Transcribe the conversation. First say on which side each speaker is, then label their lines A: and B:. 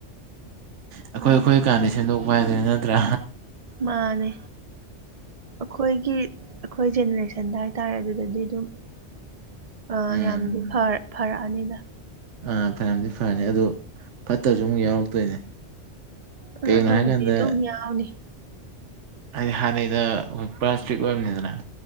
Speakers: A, on the right (about 80°); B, on the right (about 40°).
A: ꯑꯩꯈꯣꯏ ꯑꯩꯈꯣꯏ ꯀꯥꯟꯗ ꯁꯦꯝꯗꯣꯛꯄ ꯍꯥꯏꯗꯅ ꯅꯠꯇ꯭ꯔꯥ
B: ꯃꯥꯅꯦ ꯑꯩꯈꯣꯏꯒꯤ ꯑꯩꯈꯣꯏ ꯖꯦꯅꯦꯔꯦꯁꯟꯗ ꯍꯥꯏꯇꯥꯔꯦ ꯑꯗꯨꯗꯗꯤ ꯑꯗꯨꯝ ꯑꯥ
A: ꯎꯝ
B: ꯌꯥꯝꯗꯤ ꯐꯔꯛꯑꯅꯤꯗ
A: ꯑꯥ ꯐꯔꯗꯤ ꯐꯔꯅꯤ ꯑꯗꯨ ꯐꯠꯇꯕꯁꯨ ꯑꯃꯨꯛ ꯌꯥꯎꯔꯛꯇꯣꯏꯅꯦ
B: ꯑ
A: ꯀꯩꯒꯤꯅꯣ
B: ꯑꯗꯨꯕꯨꯗꯤ
A: ꯍꯥꯏꯀꯥꯟꯗ
B: ꯑꯗꯨꯝ ꯌꯥꯎꯅꯤ
A: ꯍꯥꯏꯗꯤ ꯍꯥꯟꯅꯩꯩꯅꯣꯏ ꯄꯨꯔꯥ ꯏꯁꯇ꯭ꯔꯤꯛ ꯑꯣꯏꯔꯝꯅꯤꯗꯅ